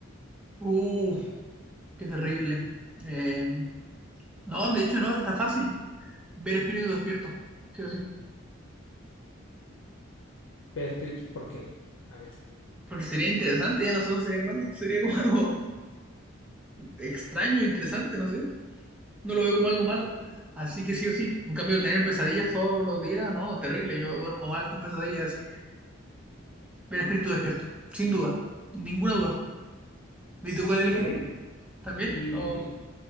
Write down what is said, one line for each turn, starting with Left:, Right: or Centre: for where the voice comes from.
Centre: Uh, qué terrible. Eh, no, de hecho no, está fácil. Ver espíritu despierto, sí o sí.
Left: Ver, pe- ¿por qué? A ver.
Centre: Porque sería interesante, ya no solo sería malo, sería como algo extraño, interesante, no sé. No lo veo como algo malo. Así que sí o sí. En cambio, tener pesadillas todos los días, no, terrible. Yo duermo mal con pesadillas, así que ver espíritu despierto, sin duda, ninguna duda. ¿Y
Left: Sí,
Centre: tú cuál elegirías?
Left: bueno, y
Centre: ¿También?
Left: Y,
Centre: ¿O...